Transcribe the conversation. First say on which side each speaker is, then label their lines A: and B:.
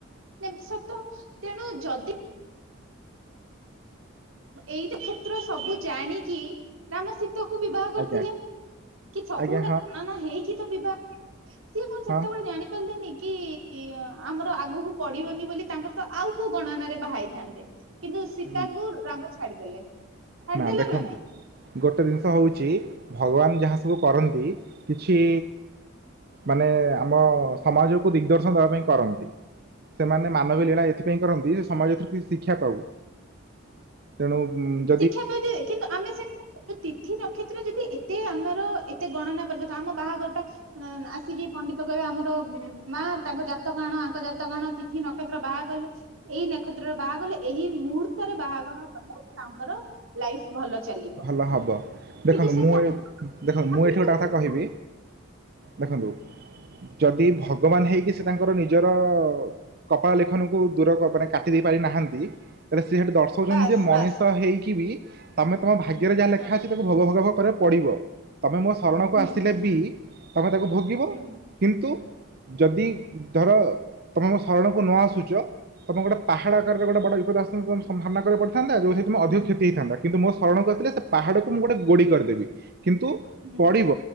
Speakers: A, on the right; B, on the right.
A: ଯେମତି ସତ, ତେଣୁ ଯଦି ଏଇ ତ କ୍ଷେତ୍ର ସବୁ ଜାଣିକି ରାମ ସୀତାଙ୍କୁ ବିବାହ କରିଥିଲେ।
B: ଆଜ୍ଞା
A: କି ସବୁ
B: ଆଜ୍ଞା
A: ଗୁଡା ନା ନା ହେଇକି ତ ବିବାହ, ସିଏ କଣ ସେତେବେଳେ
B: ହଁ
A: ଜାଣିପାରିଲେନି? କି ଆମର ଆଗକୁ ପଡିବନି ବୋଲି ତାଙ୍କର ତ ଆଉ କୋଉ ଗଣନାରେ ବାହାହେଇଥାନ୍ତେ। କିନ୍ତୁ ସୀତାଙ୍କୁ
B: ହଁ
A: ରାମ ଛାଡିଦେଲେ। ଛାଡିଦେଲେ
B: ନା ଦେଖନ୍ତୁ
A: ନାଇଁ?
B: ଗୋଟେ ଜିନିଷ ହଉଛି, ଭଗବାନ ଯାହା ସବୁ କରନ୍ତି କିଛି ମାନେ ଆମ ସମାଜକୁ ଦିଗଦର୍ଶନ ଦବା ପାଇଁ କରନ୍ତି। ସେମାନେ ମାନବ ଲୀଳା ଏଥିପାଇଁ କରନ୍ତି, ସମାଜ ଏଥିରୁ କି ଶିକ୍ଷା ପାଉ। ତେଣୁ ଉଁ,
A: ଶିକ୍ଷା ପାଇଚେ କିନ୍ତୁ ଆମେ ସେଟାକୁ ଏ ତିଥି ନକ୍ଷତ୍ର ଯଦି ଏତେ ଆମର ଏତେ ଗଣନା ପ୍ରଦକ। ଆମ ବାହାଘର ଟା ଣ-ଆସିକି ପଣ୍ଡିତ କଇବେ ଆମର ବୁଁ, ମା ତାଙ୍କ ଜାତକ ଆଣ ଆଙ୍କ ଜାତକ ଆଣ। ତିଥି ନକ୍ଷତ୍ର ବାହା କଲେ ଏଇ ନେକ୍ଷତ୍ରରେ ବାକଲେ, ଏହି ମୁହୂର୍ତ୍ତରେ ବାହାଘର କଲେ ତାଙ୍କର ଲାଇଫ ଭଲ ଚାଲିବ।
B: ଭଲ ହବ ଦେଖନ୍ତୁ
A: କିନ୍ତୁ ସେଠା
B: ମୁଁ ଏ ଦେଖନ୍ତୁ ମୁଁ
A: ଆପ୍ଲିକେବୁଲ୍
B: ଏଠି ଗୋଟେ କଥା କହିବି
A: ନୁହଁ।
B: ଦେଖନ୍ତୁ ଯଦି ଭଗ ଭଗବାନ ହେଇକି ସେ ତାଙ୍କର ନିଜର କପାଳ ଲିଖନକୁ ଦୂର କ- ମାନେ କାଟି ଦେଇ ପାରିନାହାନ୍ତି। ହେଲେ ସିଏ ସେଠି ଦର୍ଶଉଛନ୍ତି
A: ବାସ୍
B: ଯେ ମଣିଷ
A: ବାସ୍
B: ହେଇକି ବି ତମେ ତମ ଭାଗ୍ୟରେ ଯାହା ଲେଖା
A: ହଁ
B: ଅଛି। ଭଗ ଭଗ ଭ କରିଆକୁ ପଡିବ। ତମେ ମୋ ଶରଣକୁ
A: ହୁଁ
B: ଆସିଲେ
A: ହୁଁ
B: ବି ତମେ ତାକୁ ଭୋଗିବ
A: ହୁଁ
B: କିନ୍ତୁ ଯଦି। ଧର ତମେ ମୋ ଶରଣକୁ ନ ଆସୁଛ। ତମେ ଗୋଟେ ପାହାଡ ଆକାରରେ ଗୋଟେ ବିପଦ ଆସିଥାନ୍ତା। ତମ ସାମ୍ନା କରି ପଡିଥାନ୍ତା ଯଉ ତମେ ଅଧିକ କ୍ଷତି ହେଇଥାନ୍ତା। କିନ୍ତୁ ମୋ ଶରଣକୁ ଆସିଲେ ସେ ପାହାଡକୁ ମୁଁ ଗୋଟେ ଗୋଡି କରିଦେବି କିନ୍ତୁ
A: ହୁଁ ହୁଁ
B: ପଡିବ।